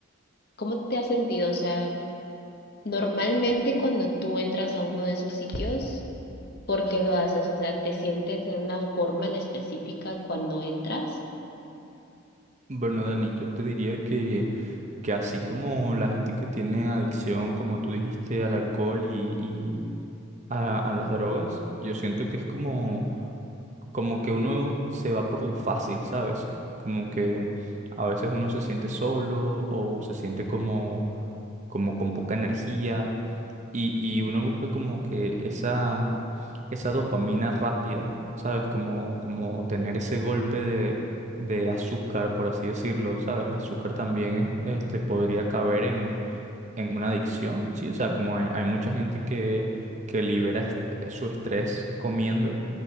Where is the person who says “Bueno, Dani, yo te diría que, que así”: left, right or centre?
Right